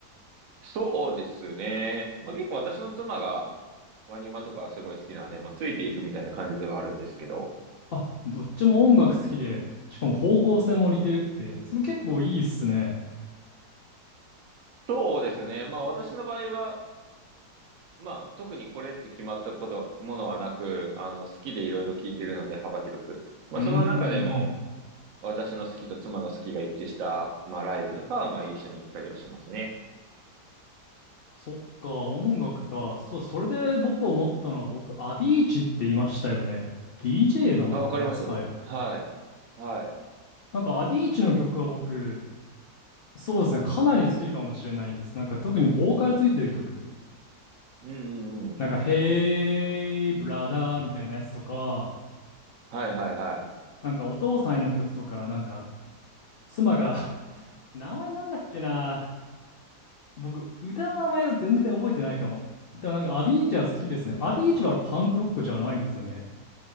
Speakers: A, on the right; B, on the left.
A: そうですね。まあ、結構私の妻がワニマとかはすごい好きなので、まあ、ついていくみたいな感じではあるんですけど。
B: あ、どっちも音楽好きで、しかも方向性も似てるって、それ結構いいっすね。
A: そうですね。まあ私の場合は、まあ特にこれって決まったこと、ものはなく、あの好きでいろいろ聞いてるので幅広く。まあその中でも、
B: うーん、うん。
A: 私の好きと妻の好きが一致した、まあ、ライブとかは、まあ、一緒に行ったりはしますね。
B: そっか、音楽か。そう、それで僕思ったのは、僕、アビーチって言いましたよね。DJ なのかな扱い。
A: あ、わかります。はい。はい。
B: なんか、アビーチの曲は僕、そうですね、かなり好きかもしれないです。なんか、特にボーカルついてる曲。
A: うんうんうん。
B: なんか、ヘイブラダーみたいなやつとか、
A: はいはいはい。
B: なんかお父さんへの曲とか、なんか妻が <laughs> 名前なんだっけな。僕、歌の名前を全然覚えてないかも。でもなんかアビーチは好きですね。アビーチはパンクロックじゃないですよね。